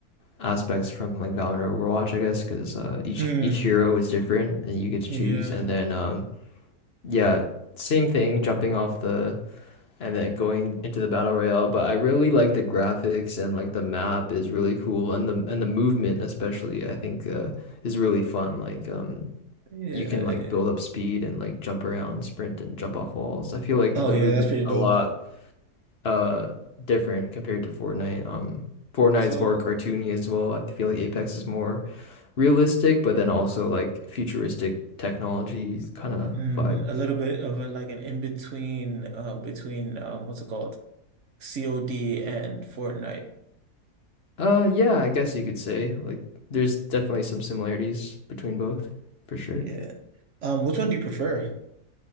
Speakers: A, on the left; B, on the right.
A: aspects from like Valorant or Overwatch, I guess, 'cause uh each
B: Mm,
A: each hero is different and you get to
B: yeah.
A: choose and then um yeah, same thing jumping off the and then going into the battle royale. But I really like the graphics and like the map is really cool and the and the movement especially I think uh, is really fun. Like um
B: Yeah.
A: you can like
B: yeah.
A: build up speed and like jump around, sprint and jump off walls. I feel like
B: Oh
A: the
B: yeah,
A: movement
B: that's pretty dope.
A: a lot uh different compared to Fortnite. Um Fortnite's
B: So,
A: more cartoony as well. I feel like Apex is more realistic, but then also like futuristic technology kind of
B: mm,
A: vibe.
B: a little bit of a, like an in between, uh, between um, what's it called? COD and Fortnite.
A: Uh, yeah, I guess you could say like there's definitely some similarities between both, for sure.
B: Yeah. Um, which one do you prefer